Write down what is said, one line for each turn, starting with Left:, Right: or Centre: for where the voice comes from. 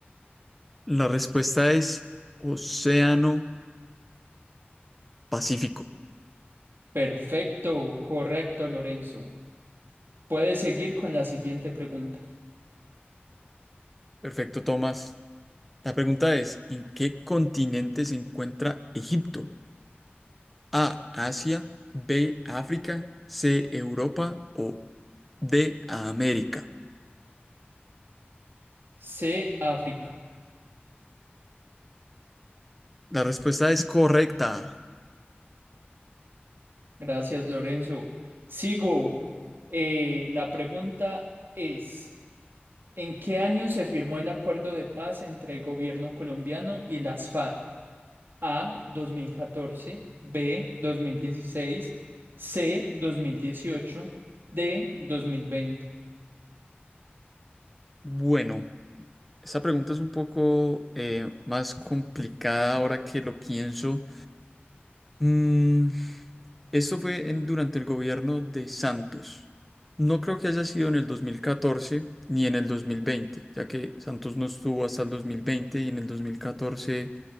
Centre: La respuesta es Océano Pacífico.
Right: Perfecto, correcto, Lorenzo. Puedes seguir con la siguiente pregunta.
Centre: Perfecto, Tomás. La pregunta es, ¿en qué continente se encuentra Egipto? A, Asia, B, África, C, Europa o D, América.
Right: C, África.
Centre: La respuesta es correcta.
Right: Gracias, Lorenzo. Sigo. Eh, la pregunta es... ¿En qué año se firmó el acuerdo de paz entre el gobierno colombiano y las FARC? A. 2014, B. dos mil dieciséis, C. dos mil dieciocho, D. dos mil veinte.
Centre: Bueno, esta pregunta es un poco eh, más complicada ahora que lo pienso. Mm, esto fue en- durante el gobierno de Santos. No creo que haya sido en el 2014 ni en el 2020, ya que Santos no estuvo hasta el 2020 y en el 2014